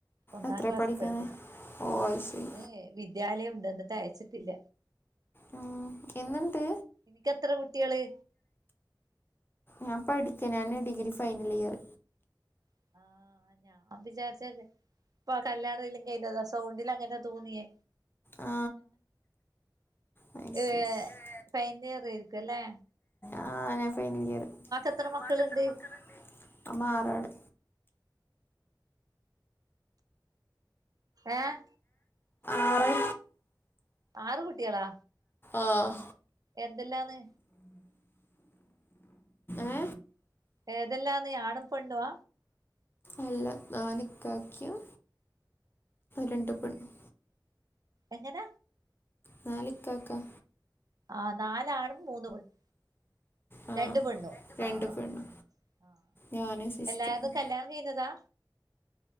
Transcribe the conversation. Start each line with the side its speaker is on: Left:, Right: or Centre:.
Right: ഒന്നാം
Left: എത്ര
Right: ക്ലാസ്സി
Left: പഠിക്കാന്
Right: പഠിക്കുന്നെ
Left: ഓ അത് ശരി
Right: പിന്നേ വിദ്യാലയുണ്ട് എന്നിട്ടയച്ചിട്ടില്ല
Left: ഉം ഇന്നിണ്ട്
Right: നിനക്കെത്ര കുട്ടികള്
Left: ഞാൻ പഠിക്കനാന് ഡിഗ്രി ഫൈനൽ ഇയർ
Right: <unintelligible> ഇപ്പൊ കല്യാണേലും കഴിഞ്ഞതാ സൗണ്ടിൽ അങ്ങനെ തോന്നിയേ
Left: ആ അത്
Right: ഏഹ്
Left: ശരി
Right: ഫൈനലിയറാരിക്കല്ലേ
Left: ആഹ് ഞാ ഫൈനലയിറ്
Right: എത്ര
Left: ഉമ്മാക്ക്
Right: മക്കളുണ്ട്
Left: എത്ര മക്കൾ ഉണ്ട് അമ്മ ആറാള്
Right: ഏഹ്
Left: ആറ്
Right: ആറ് കുട്ടികളാ
Left: ആഹ്
Right: എന്തെല്ലാന്ന്
Left: ഏ
Right: ഏതെല്ലാന്ന് ആണും പെണ്ണുവ
Left: അല്ല നാലിക്കാക്കയു രണ്ട് പെണ്ണും
Right: എങ്ങനാ
Left: നാലിക്കാക്ക
Right: ആഹ് നാലാണും മൂന്ന് പെണ്ണും
Left: ആ
Right: രണ്ടു പെണ്ണും
Left: രണ്ട്
Right: ആഹ്
Left: പെണ്ണ്
Right: ആഹ്
Left: ഞാനും സിസ്റ്ററും
Right: എല്ലാതും കല്യാണം കയിഞ്ഞതാ